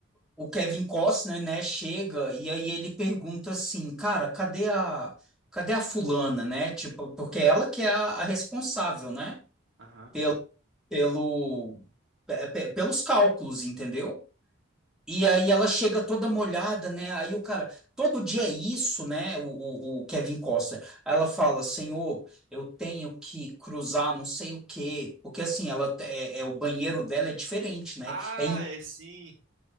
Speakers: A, in the centre; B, on the right (about 80°).
A: O Kevin Costner, né, chega e aí ele pergunta assim, cara, cadê a, cadê a fulana, né? Tipo, porque ela que é a, a responsável, né?
B: Aham.
A: Pelo, pelo, pe- pe- pelos cálculos, entendeu? E aí ela chega toda molhada, né? Aí o cara, todo dia é isso, né? O, o, o Kevin Costner. Aí ela fala, Senhor, eu tenho que cruzar não sei o quê. Porque assim, ela é, é- o banheiro dela é diferente, né?
B: Ah,
A: É
B: é sim.